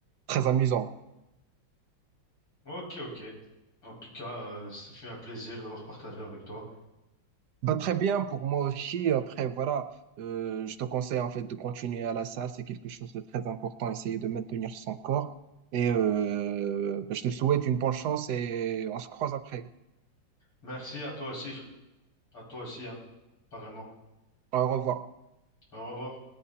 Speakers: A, on the right; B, on the left.
A: très amusant.
B: Ok, ok. En tout cas, euh, ça fait un plaisir d'avoir partagé avec toi.
A: Bah, très bien, pour moi aussi, après, voilà, euh, je te conseille en fait de continuer à la salle, c'est quelque chose de très important, essayer de maintenir son corps. Et euh, bah, je te souhaite une bonne chance et on se croise après.
B: Merci à toi aussi, frère. À toi aussi, hein. Apparemment.
A: Au revoir.
B: Au revoir.